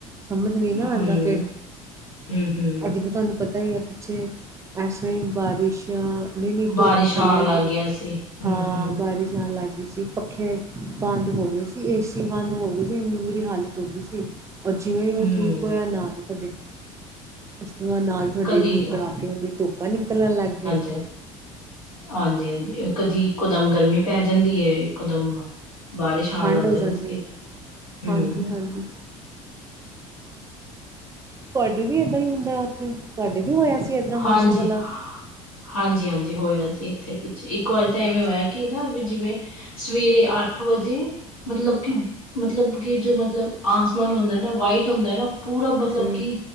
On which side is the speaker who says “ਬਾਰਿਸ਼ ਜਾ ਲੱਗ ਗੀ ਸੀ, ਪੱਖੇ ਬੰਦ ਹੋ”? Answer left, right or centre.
Right